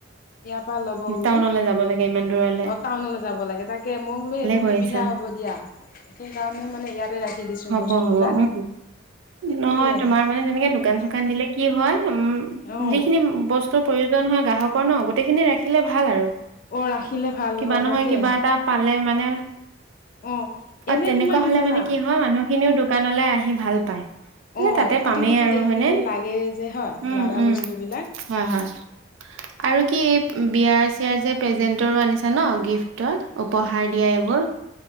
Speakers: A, on the left (about 45°); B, on the right (about 80°).
A: ইয়াৰ পৰা ল'ব বোলো।
B: টাউনলৈ যাব লাগে ইমান দূৰলৈ।
A: অ', টাউনলৈ যাব লাগে, তাকে মই বোলো সেইটো
B: কৰিছা
A: সুবিধা হ'ব দিয়া। সেইকাৰণে মানে ইয়াতে ৰাখি দিছোঁ
B: হ'ব
A: বস্তুবিলাক,
B: হ'ব উম নহয়
A: সেয়াই।
B: তোমাৰ মানে তেনেকে দোকান চোকান দিলে কি হয়, উম,
A: অ
B: যিখিনি বস্তুৰ প্ৰয়ো জনহয় গ্ৰাহকৰ ন গোটেইখিনি ৰাখিলে ভাল আৰু।
A: অ' ৰাখিলে ভাল
B: কিবা
A: হয়
B: নহয়
A: তাকে।
B: কিবা এটা পালে মানে
A: অ'।
B: অ',
A: এনে
B: তেনেকুৱা
A: তোমাৰ
B: হ'লে
A: জানা
B: মানে কি হয় মানুহখিনিও দোকানলৈ আহি ভাল পায়।
A: অ
B: এ তাতে পামেই
A: ইটো সিটো
B: আৰু
A: দেখিলে
B: হয় নে,
A: লাগে যে হয়
B: উম,
A: লাগা
B: উম।
A: বস্তুবিলাক
B: হয়, হয়, আৰু কি এই বিয়াৰ চিয়াৰ যে প্ৰেজেন্টৰো আনিছা ন গিফ্টৰ উপহাৰ দিয়া এইবোৰ।